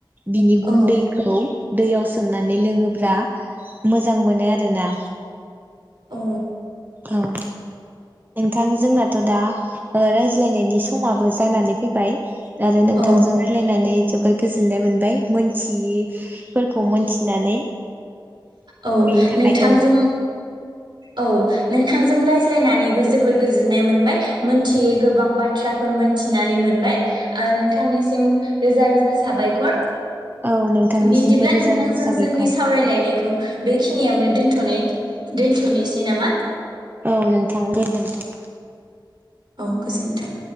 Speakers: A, on the right; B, on the right.
A: बिनि
B: औ
A: गुन्दैखौ दैयाव सोमनानै लोङोब्ला मोजां मोनो आरोना
B: अ
A: औ नोंथां जोंनाथ' दा रायज्लायनायनि समाबो जानानै फैबाय आरो नोंथांजों
B: औ
A: राय्लायनानै जोबोर गोजोननाय मोनबाय मोनथियैफोरखौ मोनथिनानै
B: औ
A: बेनि थाखाय
B: नोंथांजों
A: औ
B: औ नोंथांजों रायज्लायनानैबो जोबोर गोजोननाय मोनबाय मोनथियै गोबां बाथ्राफोर मोनथिनानै मोनबाय ओ नोंथांनिसिम रोजा रोजा साबायखर
A: औ नोंथांनिसिमबो
B: बिदिब्ला
A: रोजा
B: नोंथांजों
A: रोजा साबायखर
B: जोंनि सावरायलायनायखौ बेखिनियावनो दोनथनाय दोनथनाय सनि सैनामा
A: औ नोंथां गोजोनथों
B: औ गोजोनथों